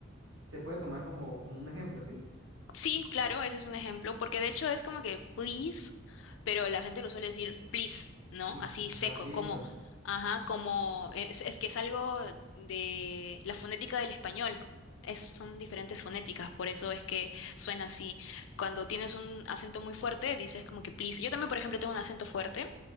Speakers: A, on the right (about 75°); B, on the left (about 70°).
A: Se puede tomar como, como un ejemplo, ¿sí?
B: Sí, claro, ese es un ejemplo, porque de hecho es como que please, pero la gente lo suele decir please, ¿no?
A: Please,
B: Así seco,
A: rapidito.
B: como, ajá, como, es, es que es algo de la fonética del español. Es, son diferentes fonéticas, por eso es que suena así. Cuando tienes un acento muy fuerte, dices como que please. Yo también, por ejemplo, tengo un acento fuerte.